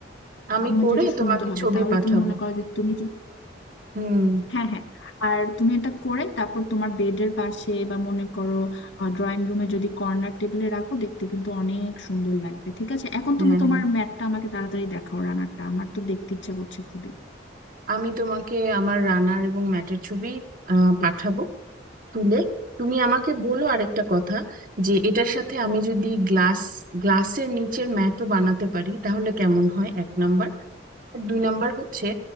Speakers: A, on the right; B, on the left.
A: আমি
B: আমার মনে
A: করে
B: হয় যে এটা সুন্দর
A: তোমাকে
B: হবে
A: ছবি
B: তাহলে
A: পাঠাবো
B: তুমি মনে করো যে তুমি
A: হুম
B: হ্যাঁ হ্যাঁ আর তুমি এটা করে তারপর তোমার বেডের পাশে বা মনে করো ড্রয়িং রুমে যদি কর্নার টেবিলে রাখো দেখতে কিন্তু অনেক সুন্দর লাগবে ঠিক আছে এখন
A: হ্যাঁ
B: তুমি তোমার
A: হ্যাঁ।
B: ম্যাটটা আমাকে তাড়াতাড়ি দেখাও রানারটা আমার তো দেখতে ইচ্ছা করছে খুবই
A: আমি তোমাকে আমার রানার এবং ম্যাটের ছবি আহ, পাঠাবো তুলে তুমি আমাকে বলো আরেকটা কথা যে এটার সাথে আমি যদি গ্লাস গ্লাসের নিচের ম্যাটও বানাতে পারি তাহলে কেমন হয় এক নাম্বার আর দুই নাম্বার হচ্ছে